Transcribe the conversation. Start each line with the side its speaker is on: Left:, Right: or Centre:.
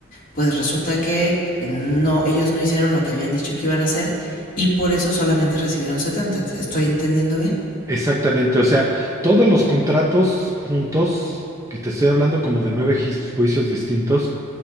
Left: pues resulta que no, ellos no hicieron lo que habían dicho que iban a hacer y por eso solamente recibieron setenta ¿Estoy entendiendo bien?
Right: exactamente. O sea, todos los contratos juntos, que te estoy hablando como de nueve ju- juicios distintos,